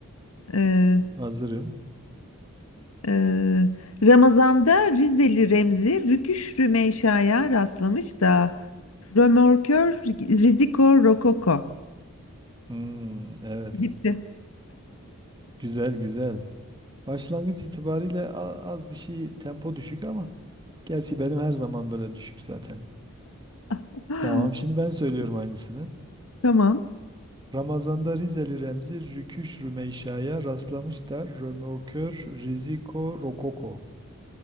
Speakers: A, on the left; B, on the right.
A: e,
B: Hazırım.
A: e, Ramazan'da Rizeli Remzi Rüküş Rümeysa'ya rastlamış da Römorkör Riziko Rokoko
B: Hmm, evet.
A: gitti.
B: Güzel güzel. Başlangıç itibariyle a- az bir şey tempo düşük ama gerçi benim her zaman böyle düşük zaten.
A: <laughs>
B: Tamam şimdi ben söylüyorum aynısını.
A: Tamam.
B: Ramazan'da Rizeli Remzi Rüküş Rümeysa'ya rastlamış da Römorkör Riziko Rokoko.